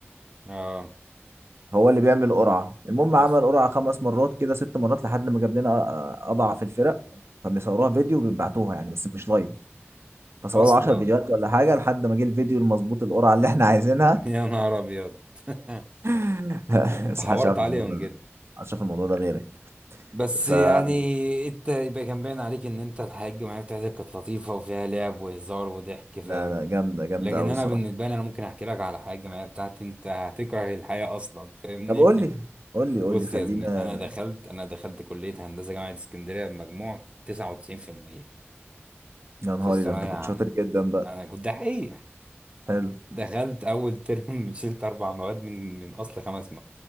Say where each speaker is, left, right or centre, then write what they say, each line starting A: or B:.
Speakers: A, on the right (about 25°); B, on the right (about 65°).
A: اه
B: هو اللي بيعمل قرعة المهم
A: أص...
B: عمل قرعة خمس مرات كده ست مرات لحد ما جاب لنا أ- اضعف الفرق فبيصوروها فيديو وبيبعتوها يعني بس مش لايف فصوروا
A: اصلا
B: 10 فيديوهات ولا حاجة لحد ما جه الفيديو المظبوط القرعة اللي احنا عايزينها
A: <laughs> يا نهار ابيض <laughs>
B: <laughs>
A: انت
B: بس
A: حورت
B: محدش عارف الموضوع
A: عليهم
B: ده
A: كده
B: محدش عارف الموضوع ده غيرك
A: بس
B: فجامدة
A: يعني انت يبقى كان باين عليك ان انت الحاجة معايا بتاعتك كانت لطيفة وفيها لعب وهزار وضحك فاهم
B: لا لا جامدة جامدة
A: لكن
B: أوي
A: انا
B: الصراحة
A: بالنسبة لي انا ممكن احكي لك على حاجة معايا بتاعتي انت هتكره الحياة اصلا فاهمني
B: طب قول لي
A: <laughs>
B: قول لي قول
A: بص
B: لي خلينا
A: يا زميلي انا دخلت انا دخلت كلية هندسة جامعة اسكندرية بمجموع 99% في المية
B: يا نهاري
A: في الثانوية
B: ده انت كنت
A: عامة
B: شاطر جدا بقى
A: انا كنت دحيح
B: حلو
A: دخلت اول ترم <laughs> شلت اربع مواد من من اصل خمس